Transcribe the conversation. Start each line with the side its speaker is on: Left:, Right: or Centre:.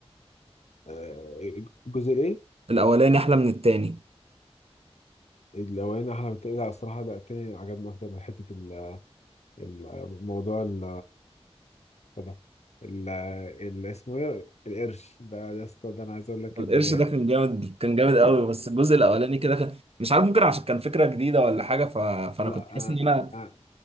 Left: آه الجزء الايه
Right: الاولاني احلى من التاني
Left: الأولاني أحلى من التاني لا الصراحة لا التاني عجبني أكتر من حتة ال- الموضوع ال ده ال ال- اسمه إيه القرش ده ده اسطى ده أنا عايز أقول لك
Right: القرش
Left: إن
Right: ده كان جامد كان جامد قوي بس الجزء الاولاني كده كان مش عارف ممكن عشان كان فكره جديده ولا حاجه ف... فانا
Left: لا
Right: كنت حاسس
Left: أنا
Right: ان انا
Left: أنا-